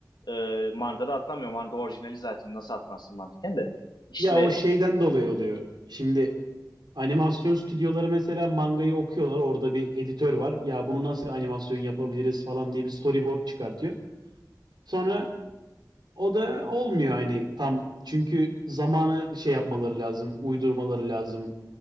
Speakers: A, on the left (about 85°); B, on the right (about 85°).
A: E, Manga'da atlamıyor. Manga orijinali zaten nasıl atlansın mantıken de. İşte
B: Ya o şeyden dolayı oluyor. Şimdi animasyon stüdyoları mesela mangayı okuyorlar. Orada bir editör var. Ya bunu nasıl animasyon yapabiliriz falan diye bir storyboard çıkartıyor. Sonra O da olmuyor hani tam çünkü zamanı şey yapmaları lazım, uydurmaları lazım.